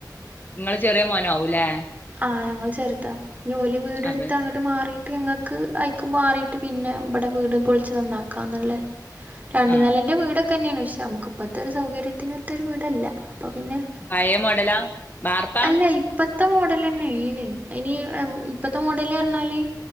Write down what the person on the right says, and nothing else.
ആ ഞങ്ങൾ ചെറുതാ ഞോല വീട് എടുത്ത്
അങ്ങോട്ട് മാറി ഞങ്ങൾക്ക് അയിക്ക് മാറിട്ട് പിന്നെ ഇവിടെ വീട് പൊളിച്ച് നന്നാക്കാന്നല്ലേ രണ്ടു
നിലന്റെ വീടൊക്കെ തന്നെയാണ് പക്ഷേ നമ്മുക്ക് ഇപ്പത്തെ ഒരു സൗകര്യത്തിനൊത്ത ഒരു വീടല്ല അപ്പൊ പിന്നെ
അല്ല ഇപ്പത്തെ മോഡലാന്നെണ് ഇനി ഇപ്പത്തെ മോഡല് പറഞ്ഞാല്